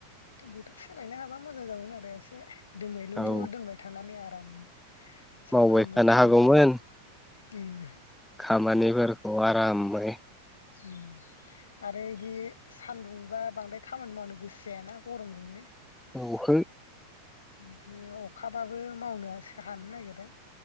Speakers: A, on the left (about 70°); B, in the centre.
A: बोथोर सोलायनो हाबा मोजां जागौमोन आरो एसे। दोमैलुलु
B: औ
A: दोनबाय थानानै आरो। <unintelligible> सानफ्रामबो
B: मावबाय थानो
A: थान्दा
B: हागौमोन
A: उम।
B: खामानिफोरखौ आरामै
A: उम आरो बिदि सान्दुंबा बांद्राय खामानि मावनो गोसो जायाना गरमजोंनो।
B: <unintelligible>
A: बिदिनो अखाबाबो मावनो हानो नागिरा